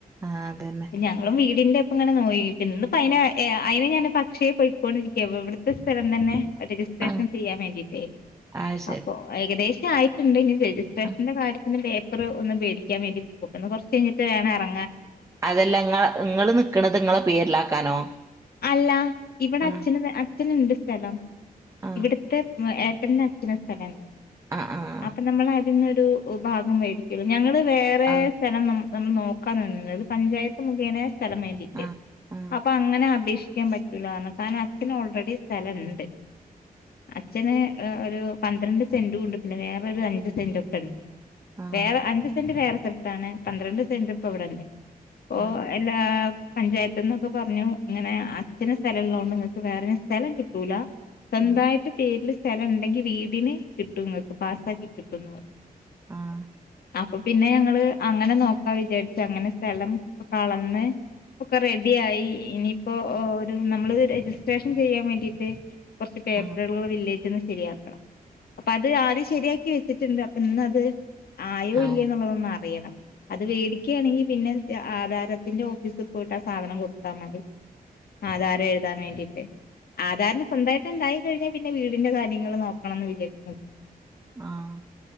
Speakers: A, on the right; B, on the left.
A: ആഹ് അതന്നെ
B: ഞങ്ങളും വീടിന്റെ ഇപ്പ ഇങ്ങനെ നോയി ഇന്ന് പ്പയ്‌നെ ഏഹ് അയ്ന് ഞാൻ്റെ അക്ഷയേ പൊയ്ക്കൊണ്ടിരിക്കുവാ ഇവ് വ് ഇവട്ത്തെ സ്ഥലം തന്നെ രജിസ്ട്രേഷൻ
A: ആഹ്
B: ചെയ്യാൻ വേണ്ടിട്ടേ
A: അത് ശരി
B: അപ്പൊ ഏകദേശായി ക്ക്ണ്ട് ഞ് രജിസ്ട്രേഷന്റെ
A: ആഹ്
B: കാര്യത്തിന് പേപ്പർ ഒന്ന് വേടിക്കാൻ വേണ്ടി പോവും ഇന്ന് കൊർച്ചഴ്ഞ്ഞിട്ട് വേണം എറ
A: അതെല്ല ഇങ്ങ ഇങ്ങള് നിക്കണത് ഇങ്ങളെ പേരിലാക്കാനോ?
B: അല്ല ഇവടെ
A: ആഹ്
B: അച്ഛന് അച്ഛന്ണ്ട് സ്ഥലം.
A: ആഹ്
B: ഇവടെത്തെ ഏട്ടന്ന് അച്ഛന് സ്ഥലണ്ട്
A: ആഹ്
B: അപ്പൊ നമ്മള ഇന്നൊരു ഭാഗം വേടി <unintelligible> ഞങ്ങള് വേറെ
A: ആഹ്
B: സ്ഥലം നമ്മ നമ്മൾ നോക്കാ നിന്നീനത് പഞ്ചായത്ത് മുഖേന സ്ഥലം വേണ്ടീട്ട്
A: ആഹ് ആഹ്
B: അപ്പങ്ങനെ അപേക്ഷി ക്കാൻ പറ്റൂല്ലാർഞ്ഞ് കാരണം അച്ഛന് ഓൾറെഡി സ്ഥലണ്ട്. അച്ഛന് ഒരു പന്ത്രണ്ട് സെൻ്റുണ്ട് പിന്നെ വേറൊരു അഞ്ച് സെൻ്റെക്കെണ്ട്.
A: ആഹ് ആഹ്
B: വേറെ അഞ്ച് സെന്റ് വേറെ സ്ഥല്ത്താണ് പന്ത്രണ്ട് സെന്റ് ഇപ്പൊ ഇവടെണ്ട്. പ്പൊ
A: ആഹ്
B: എല്ലാ പഞ്ചായത്ത്ന്നൊക്കെ പർഞ്ഞു ഇങ്ങനെ അച്ഛന് സ്ഥലള്ളോണ്ട് ങ്ങക്ക് വേറെ <unintelligible> സ്ഥലം കിട്ടൂല സ്വന്തായിട്ട്
A: ആഹ്
B: പേരില് സ്ഥല ണ്ടെങ്കി വീടിന് കിട്ടും ങ്ങക്ക് പാസ്സാക്കി കിട്ടുംന്ന് പറഞ്ഞു.
A: ആഹ് ആഹ് ആഹ്
B: അപ്പൊ പിന്നെ ഞങ്ങള് അങ്ങനെ നോക്കാ വിചാര്ച്ച് അങ്ങനെ സ്ഥലം ക്കളന്ന് ഒക്കെ റെഡ്യായി ഇനിയിപ്പോ ഒ ഒരു നമ്മള് രജിസ്ട്രേഷൻ ചെയ്യാം വേണ്ടിട്ട് കൊർച്ച് പേപ്പറു
A: ആഹ് ആഹ്
B: <unintelligible> വില്ലേ ജ് ന്ന് ശെരിയാക്കണം അപ്പൊ അത് ആദ്യം ശെരിയാക്കി വെച്ച്ട്ട്ണ്ട് അപ്പൊ ഇന്ന് അത് ആയോ
A: ആഹ് ആഹ് ആഹ് ആഹ്
B: ഇല്ലേ ന്നുള്ളതൊന്നറിയണം അത് വേടിക്കാണെങ്കി പിന്നെ ഇ ആധാരത്തിന്റെ ഓഫീസ് പോയിട്ട് ആ സാധനം കൊടുത്താ മതി. ആധാരം എഴുതാൻ വേണ്ടി ആധാറിന്റെ സ്വന്തായിട്ട് ഉണ്ടായി കഴിഞ്ഞാ പിന്നെ വീടിന്റെ കാര്യങ്ങൾ നോക്കണംന്ന് വിചാരിക്ക്ണ്ട്.
A: ആഹ്.